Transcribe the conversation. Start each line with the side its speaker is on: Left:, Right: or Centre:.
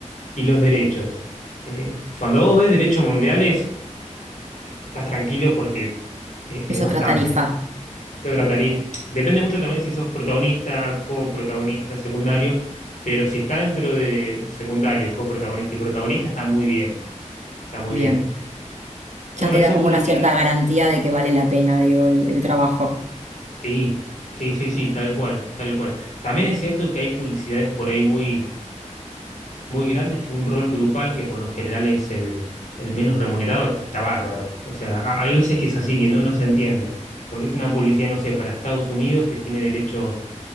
Left: y los derechos. Eh, cuando vos ves derechos mundiales, estás tranquilo porque eh,
Right: Es
Left: es
Right: otra
Left: bastante.
Right: tarifa.
Left: Es otra tarifa. Depende mucho también si sos protagonista, coprotagonista, secundario, pero si está dentro de secundario, coprotagonista y protagonista, está muy bien, está muy
Right: Bien.
Left: bien. Y
Right: Ya
Left: bueno,
Right: te
Left: esa
Right: da como
Left: publicidad,
Right: una cierta garantía de que vale la pena, digo, el, el trabajo
Left: sí, sí, sí, sí, tal cual, tal cual. También es cierto que hay publicidades por ahí muy muy grandes que un rol grupal, que por lo general es el, el menos remunerado, está, está bárbaro. O sea, ha- hay veces que es así, que no, no se entiende, porque es una publicidad, no sé, para Estados Unidos que tiene derecho